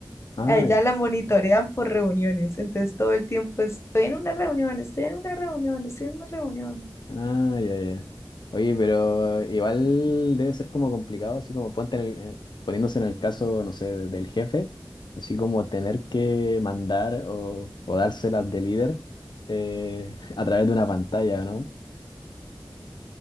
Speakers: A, on the left (about 65°); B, on the left (about 35°).
A: Ah,
B: a ella la monitorean por reuniones, entonces todo el tiempo estoy en una reunión, estoy en una reunión, estoy en una reunión.
A: Ah, ya, ya. Oye, pero igual debe ser como complicado, así como ponte en el- eh, poniéndose en el caso, no sé, de- del jefe, así como tener que mandar o, o dárselas de líder eh, <laughs> a través de una pantalla, ¿no?